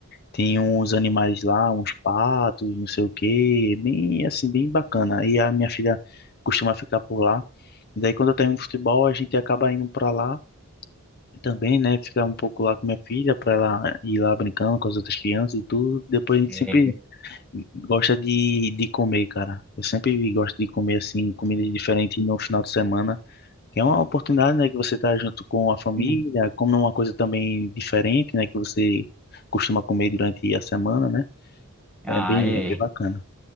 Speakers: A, on the left (about 45°); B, in the centre.
A: tem uns animais lá, uns patos, não sei o quê, bem assim, bem bacana. E a minha filha costuma ficar por lá. E daí quando eu termino futebol, a gente acaba indo para lá também, né, ficar um pouco lá com minha filha, para ela ir lá brincando com as outras crianças e tudo. Depois a gente
B: É.
A: sempre Gosta de, de comer, cara. Eu sempre gosto de comer, assim, comidas diferentes no final de semana. Que é uma oportunidade, né, que você tá junto com a família,
B: Uhum.
A: come uma coisa também diferente, né, que você costuma comer durante a semana, né?
B: Ah,
A: É bem,
B: é.
A: é bem bacana.